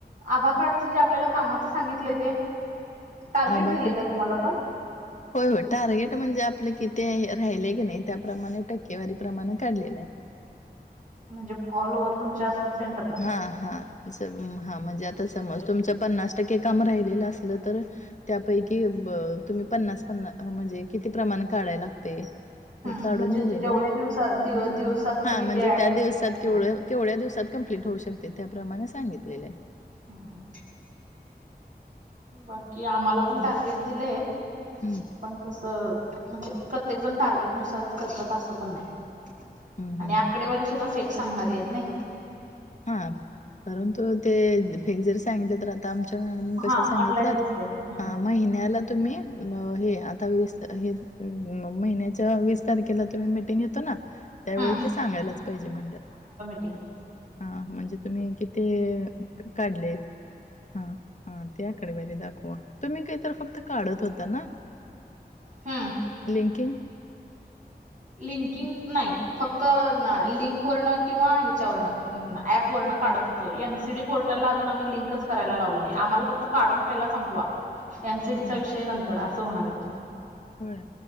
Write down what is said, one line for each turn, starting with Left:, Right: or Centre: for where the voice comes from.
Right: आभा कार्डच जे आपल्याला कामाचं सांगितलंय ते? टार्गेट
Left: आबाकर
Right: दिलंय का तुम्हाला पण
Left: होय हो टार्गेट म्हणजे आपलं किती राहिलेय की नाही त्याप्रमाणे टक्केवारी प्र्रमाणे काढलेलं आहे.
Right: म्हणजे कॉल वर तुमच्या सेंटर
Left: हा हा हा म्हणजे आता समज तुमचं पन्नास टक्के काम राहिलेलं असलं तर त्यापैकी तुम्ही पन्नास पन्नास म्हणजे किती प्रमाण काढाय लागते?
Right: हम्म,
Left: हे काढून
Right: म्हणजे
Left: दिलेलं
Right: जेवढ्या
Left: आहे.
Right: दिवसा दिव दिवसात
Left: हा
Right: कणी
Left: म्हणजे
Right: ते ऍड
Left: त्या दिवसात केवढं
Right: हा
Left: केवढ्या दिवसात कंप्लीट होऊ शकते त्याप्रमाणे सांगितलेले आहे.
Right: हम हा. बाकी आम्हाला पण
Left: मग
Right: टार्गेट दिलंय
Left: हम्म
Right: पण कस? म्हणजे प्रत्येक जण टार्गेट नुसार करतात असं पण नाही
Left: हम्म
Right: आणि
Left: हम्म हम्म.
Right: आकडेवारी सुद्धा फेक सांगणारी आहेत नाही.
Left: हा परंतु ते फेक जरी सांगितले तर आ आमच्या मॅडम कशा
Right: हा
Left: सांगितल्यात
Right: ऑनलाईन दिसते हम्म
Left: महिन्याला तुम्ही आ हे आता वीस हे महिन्याच्या वीस तारखेला तुम्ही मिटिंग घेतो ना. त्यावेळी
Right: हम्म
Left: ते सांगायलाच पाहिजे म्हणालात.
Right: <inaudible>
Left: हा म्हणजे तुम्ही किती काढलेत? हा. हा त्याकडे वरी दाखवा तुम्ही काहीत फक्त काढत होता ना.
Right: हम्म.
Left: लिंकिंग
Right: लिंकिंग नाही फक्त ना लिंकवरनं किंवा ह्याच्यावरनं अँप वर्ण काढत होतो. एनसीडी पोर्टलला अजून आम्ही लिंकच करायला लावल नाही. आम्हाला फक्त त काढून पहिला संपवा. एनसीडीच्या
Left: हा
Right: विषय नंतर असं होणार
Left: होय